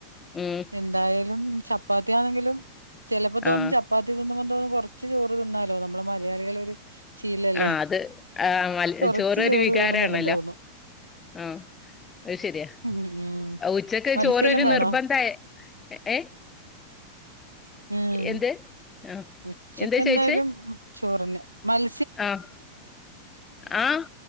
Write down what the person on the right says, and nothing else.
എന്തായാലും ചപ്പാത്തിയാണെങ്കിലും ചെലപ്പോ തോന്നും
ചപ്പാത്തി തിന്നുമ്പം തോന്നു കൊറച്ച് ചോറ് തിന്നാലോ നമ്മളെ മലയാളികളെ ഒരു ശീലല്ലേ
കൊറച്ച്
ചോറ്
വേണന്നെല്ലാം തോന്നും
ഉം ഉം
മത്സ്യല്ലാം
വേണോ
ഉം
ഉച്ചക്കെന്തായാലും
ചോറ്ന്നേ മൽ